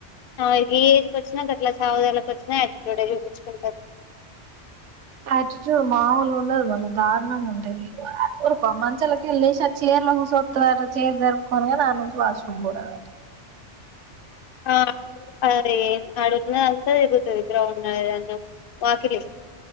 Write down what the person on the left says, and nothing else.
ఆమెగి ఏజ్ వచ్చినా గట్లా సావుదలకి వచ్చినా యాటిట్యూడ్ చూపిచుకుంటది
అ <unintelligible> అంత దిరుగుతది గ్రౌండ్ నన్నం వాకిలి